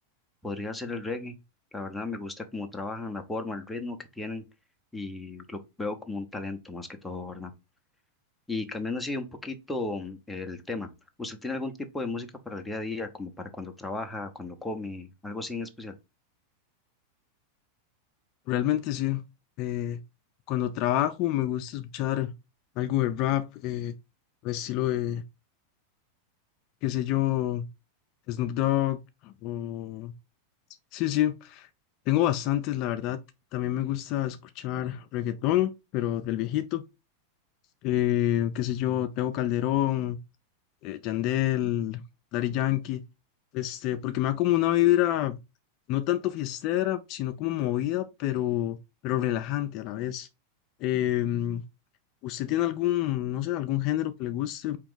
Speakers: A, in the centre; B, on the left (about 45°).
A: Podría ser el reggae. La verdad me gusta cómo trabajan, la forma, el ritmo que tienen y lo veo como un talento más que todo, ¿verdad? Y cambiando así un poquito mm, el tema, ¿usted tiene algún tipo de música para el día a día, como para cuando trabaja, cuando come, algo así en especial?
B: Realmente sí. eh, cuando trabajo me gusta escuchar algo de rap, eh, al estilo de, qué sé yo, Snoop Dogg. O... Sí, sí, tengo bastantes, la verdad. También me gusta escuchar reggaetón, pero del viejito. eh, qué sé yo, Teo Calderón eh, Yandel, Daddy Yankee, este, porque me da como una vibra no tanto fiestera, sino como movida, pero, pero relajante a la vez. Em, ¿usted tiene algún, no sé, algún género que le guste